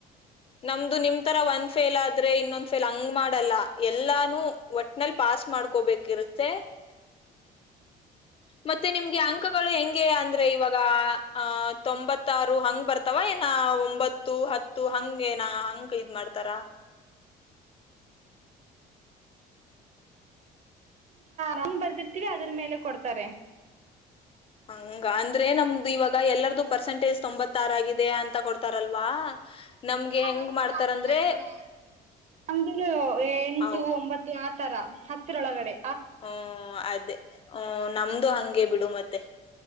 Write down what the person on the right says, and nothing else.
ಹಂಗ್ ಬರ್ದಿರ್ತೀವಿ ಅದ್ರ ಮೇಲೆ ಕೊಡ್ತಾರೆ
ನಮ್ದು
ಆಥರ ಇಲ್ಲ ನಮ್ದ ಎಂಟು
ಒಂಬತ್ತು ಆ ಹತ್ತರ ಹತ್ತಿರೊಳಗಡೆ